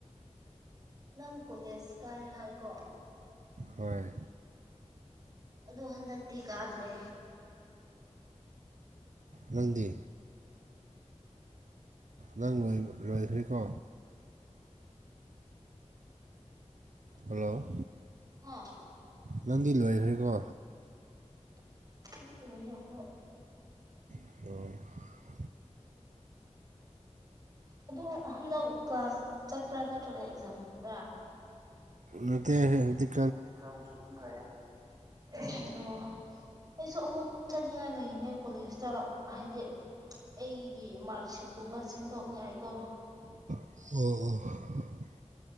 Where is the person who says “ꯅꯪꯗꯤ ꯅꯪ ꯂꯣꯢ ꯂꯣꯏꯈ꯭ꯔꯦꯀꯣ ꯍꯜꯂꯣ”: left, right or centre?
Right